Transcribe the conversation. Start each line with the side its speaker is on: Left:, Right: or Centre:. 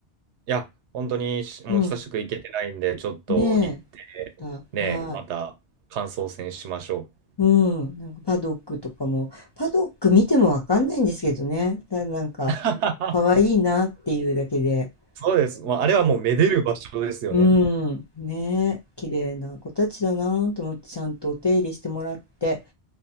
Right: いや、本当にしもう久しく行けてないんで、
Left: うん
Right: ちょっと行って
Left: ねえだは
Right: ね、また感想戦しましょう。
Left: いうんなんかパドックとかもパドック見てもわかんないんですけどねただなんか
Right: <laughs>
Left: 可愛いいなっていうだけで
Right: そうです。まあ、あれはもうめでる場所ですよね。
Left: そううんねえ綺麗な子たちだなと思ってちゃんとお手入れしてもらって。